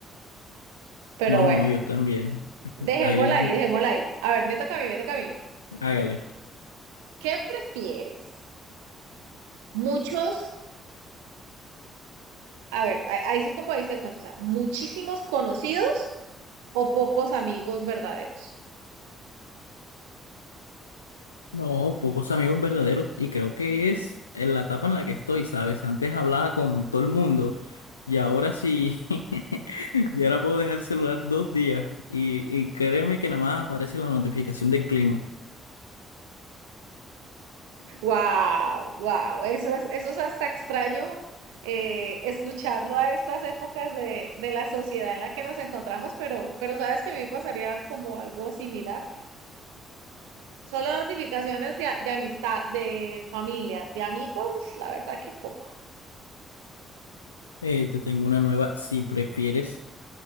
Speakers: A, on the right (about 70°); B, on the left (about 85°).
A: Pero
B: no,
A: bueno,
B: no, yo también.
A: dejémosla
B: Ahí, mm,
A: ahí, dejémosla ahí. A ver, me toca a mí, me toca a mí.
B: hágale.
A: ¿Qué prefieres? Muchos, a ver, ahí ahí sí como dice el cuento, o sea, muchísimos conocidos o pocos amigos verdaderos.
B: No, pocos amigos verdaderos y creo que es en la etapa en la que estoy, ¿sabes? Antes hablaba con todo el mundo y ahora sí, <laughs> y ahora puedo dejar el celular dos días y, y créeme que nada más aparece la notificación del clima.
A: Wow, wow, eso es, eso es hasta extraño eh, escucharlo a estas épocas de, de la sociedad en la que nos encontramos, pero, pero sabes que a mí me pasaría como algo similar. Solo notificaciones de, a- de amistad, de familia, de amigos, la verdad que poco.
B: Eh, te tengo una nueva, si prefieres.